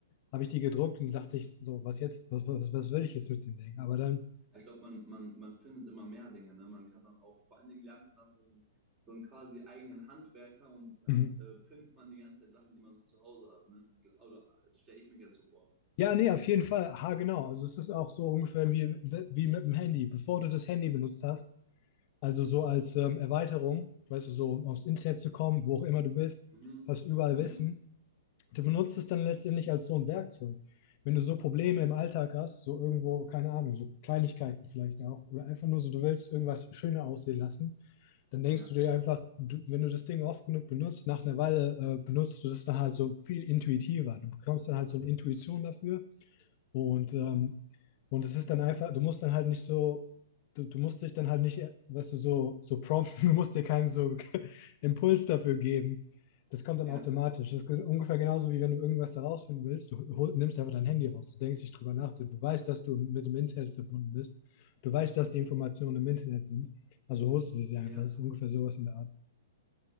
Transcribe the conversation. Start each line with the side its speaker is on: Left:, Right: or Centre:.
Left: Habe ich die gedruckt und dachte ich so, was jetzt, was, was, was will ich jetzt mit dem Ding? Aber dann,
Right: ich glaube, man, man, man findet immer mehr Dinge. Ne? Man kann dann auch, vor allen Dingen lernt man dann so einen, so einen quasi eigenen Handwerker und dann
Left: mhm.
Right: äh, pimpt man die ganze Zeit Sachen, die man so zu Hause hat. Ne? Oder stelle ich mich jetzt so vor.
Left: ja, nee, auf jeden Fall, ha, genau. Also es ist auch so ungefähr wie, wie mit dem Handy. Bevor du das Handy benutzt hast, also so als ähm, Erweiterung, weißt du, so um aufs Internet zu kommen, wo auch immer du bist,
Right: Mhm.
Left: hast überall
Right: Mhm.
Left: Wissen. Du benutzt es dann letztendlich als so ein Werkzeug. Wenn du so Probleme
Right: Ja,
Left: im Alltag hast, so irgendwo, keine Ahnung, so Kleinigkeiten vielleicht auch, oder einfach nur so, du willst irgendwas schöner aussehen lassen, dann denkst
Right: ja,
Left: du dir einfach, du, wenn du das Ding oft genug benutzt, nach einer Weile äh, benutzt du das dann halt so viel intuitiver. Du bekommst dann halt so eine Intuition dafür und, ähm, und es ist dann einfach, du musst dann halt nicht so, du, du musst dich dann halt nicht, äh, weißt du, so, so prompten, <laughs> du musst dir keinen so <laughs> Impuls dafür geben. Das kommt dann
Right: ja,
Left: automatisch. Das ist ge- ungefähr genauso wie wenn du irgendwas herausfinden willst, du hol, nimmst einfach dein Handy raus, du denkst nicht drüber nach, du, du weißt, dass du mit dem Internet verbunden bist, du weißt, dass die Informationen im Internet sind, also holst du sie einfach.
Right: ja.
Left: Das ist ungefähr sowas in der Art.